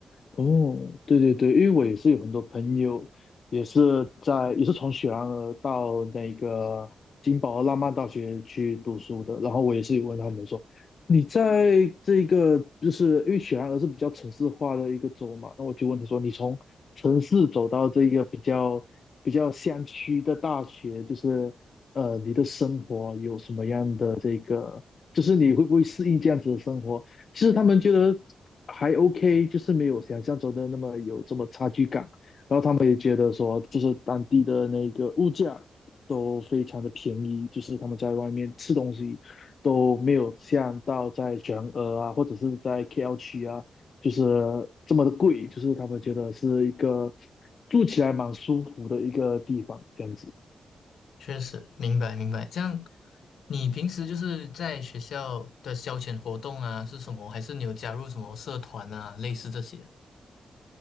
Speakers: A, on the left; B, on the left.
A: 哦，对对对，因为我也是有很多朋友，也是在也是从雪兰莪到那个金宝浪漫大学去读书的，然后我也是有问他们说，你在这个就是因为雪兰莪是比较城市化的一个州嘛，那我就问他说，你从城市走到这个比较比较乡区的大学，就是呃，你的生活有什么样的这个，就是你会不会适应这样子的生活？其实他们觉得还 OK，就是没有想象中的那么有这么差距感。他们也觉得说，就是当地的那个物价都非常的便宜，就是他们在外面吃东西都没有像到在全俄啊，或者是在 KL 区啊，就是这么的贵。就是他们觉得是一个住起来蛮舒服的一个地方，这样子。
B: 确实，明白明白。这样，你平时就是在学校的消遣活动啊，是什么？还是你有加入什么社团啊，类似这些？